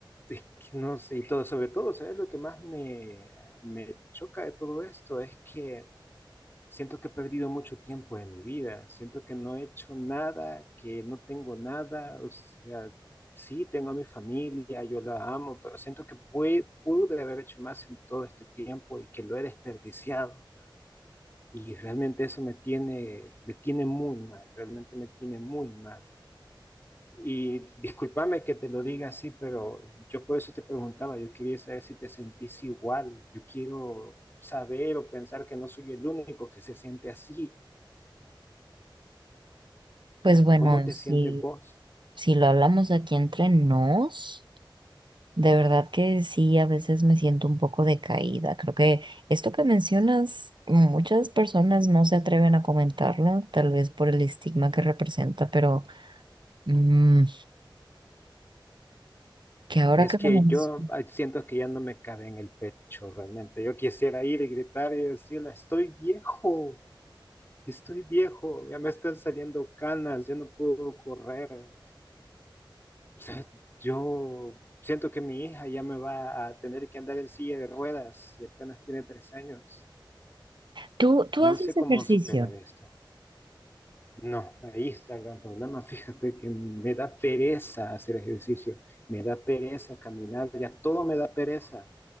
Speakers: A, on the left; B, on the right.
A: es que no sé, y todo, sobre todo, ¿sabes? Lo que más me, me choca de todo esto es que Siento que he perdido mucho tiempo de mi vida, siento que no he hecho nada, que no tengo nada, o sea, sí, tengo a mi familia, yo la amo, pero siento que pue- pude haber hecho más en todo este tiempo y que lo he desperdiciado. Y realmente eso me tiene, me tiene muy mal, realmente me tiene muy mal. Y discúlpame que te lo diga así, pero yo por eso te preguntaba, yo quería saber si te sentís igual, yo quiero saber o pensar que no soy el único que se siente así.
B: Pues bueno,
A: ¿Cómo te
B: si,
A: sientes vos?
B: si lo hablamos aquí entre nos. De verdad que sí, a veces me siento un poco decaída. Creo que esto que mencionas, muchas personas no se atreven a comentarlo, tal vez por el estigma que representa, pero mm, que ahora
A: Es
B: que
A: que
B: lo menc-
A: yo ay, siento que ya no me cabe en el pecho realmente. Yo quisiera ir y gritar y decirle, estoy viejo, estoy viejo, ya me están saliendo canas, ya no puedo correr. O sea, yo siento que mi hija ya me va a tener que andar en silla de ruedas y apenas tiene tres años.
B: ¿Tú, tú
A: No
B: haces
A: sé cómo
B: ejercicio?
A: superar esto. No, ahí está el gran problema. Fíjate que me da pereza hacer ejercicio, me da pereza caminar, ya todo me da pereza.